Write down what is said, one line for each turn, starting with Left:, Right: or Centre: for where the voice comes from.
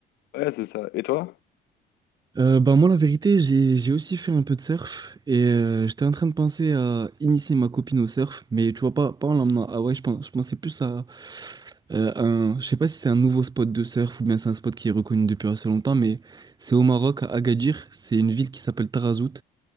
Left: euh, Ouais, c'est ça. Et toi?
Right: Euh, bah moi, la vérité, j'ai, j'ai aussi fait un peu de surf et euh, j'étais en train de penser à initier ma copine au surf, mais tu vois, pas, pas en l'emmenant à Hawaï, je pense, je pensais plus à euh, un, je sais pas si c'est un nouveau spot de surf ou bien c'est un spot qui est reconnu depuis assez longtemps, mais c'est au Maroc, à Agadir, c'est une ville qui s'appelle Tarazout